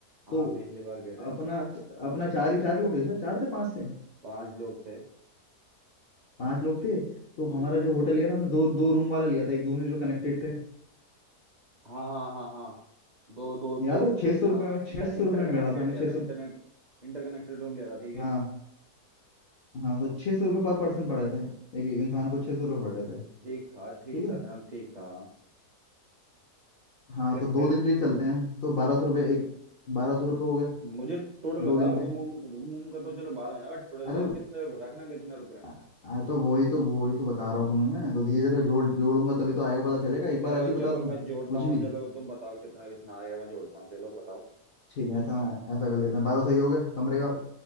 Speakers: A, on the right; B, on the left.
A: हाँ
B: तो
A: पिछली बार गए थे
B: अपना अपना चार ही चार लोग थे शायद चार थे पांच थे
A: पांच लोग थे
B: पांच लोग थे तो
A: हाँ
B: हमारा जो होटल लिया था हमने दो दो रूम वाला लिया था एक दूसरे जो कनेक्टेड थे
A: हाँ हाँ हाँ हाँ दो दो दो
B: याद है
A: रूम
B: छह
A: लिया
B: सौ
A: था
B: रुपये
A: हाँ
B: में
A: इंटर
B: छह
A: इंटरकनेक्टेड
B: सौ रुपये में मिला था हमें
A: लिया
B: छह
A: था इंटरनेट
B: सौ
A: इंटरकनेक्टेड रूम लिया था ठीक है
B: हाँ हाँ तो छह सौ रुपये पर पर्सन पड़े थे एक एक इंसान
A: हाँ
B: को छह सौ रुपये पड़ रहे थे
A: ठीक था ठीक
B: ठीक
A: था
B: है
A: इतना ठीक था
B: हाँ
A: फिर
B: तो दो
A: फिर
B: दिन के लिए चलते हैं तो बारह सौ रुपये एक बारह सौ रुपये हो गए
A: मुझे टोटल
B: दो
A: बताओ
B: दिन के
A: रूम रूम रूम रूम का तो चलो बाद में जाओ बट टोटल
B: अरे
A: बताओ कितने रुपए रखना कितने रुपए हैं
B: आ, आ, तो वही तो वही तो बता रहा हूँ तुम्हें मैं तो धीरे
A: हाँ,
B: धीरे जोड़ जोड़ूंगा तभी तो आएगा पता चलेगा एक बार
A: चलो
B: ऐसे ही
A: चलो
B: बता दूं
A: मैं जोड़ता
B: कुछ
A: हूँ
B: भी
A: चलो तुम बताओ कितना कितना आ गया मैं जोड़ता हूँ चलो बताओ
B: ठीक है ऐसा ऐसा कर लेते हैं बारह सौ ही हो गया कमरे का
A: चल-